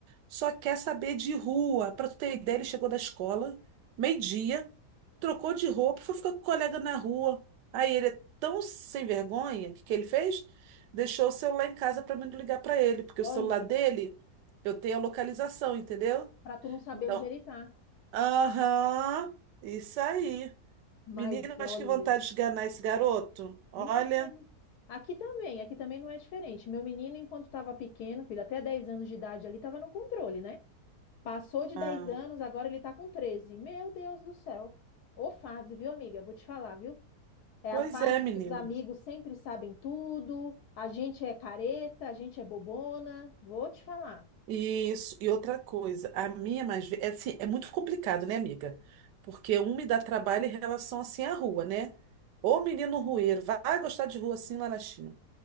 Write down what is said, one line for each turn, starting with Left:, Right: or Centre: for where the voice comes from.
Right: Só quer saber de rua. Pra tu ter ideia, ele chegou da escola, meio-dia, trocou de roupa, e foi ficar com o colega na rua. Aí ele é tão sem vergonha, o que que ele fez? Deixou o celular em casa pra mim não ligar pra ele, porque
Left: olha,
Right: o celular dele, eu tenho a localização, entendeu?
Left: pra tu não saber
Right: Então,
Left: onde ele tá.
Right: aham, isso aí.
Left: Mas
Right: Menina, mas
Left: olha,
Right: que vontade de enganar esse garoto. Olha.
Left: imagina. Aqui também, aqui também não é diferente. Meu menino, enquanto estava pequeno, filho, até 10 anos de idade ali, estava no controle, né? Passou de
Right: Ah,
Left: 10 anos, agora ele tá com 13. Meu Deus do céu. Ô fase, viu, amiga? Vou te falar, viu? É
Right: pois
Left: a fase
Right: é, menina.
Left: que os amigos sempre sabem tudo, a gente é careta, a gente é bobona. Vou te falar,
Right: E Isso. E outra coisa, a minha mais velha. É, assim, é muito complicado, né, amiga? Porque um me dá trabalho em relação assim à rua, né? Ô menino rueiro, vai gostar de rua assim lá na China.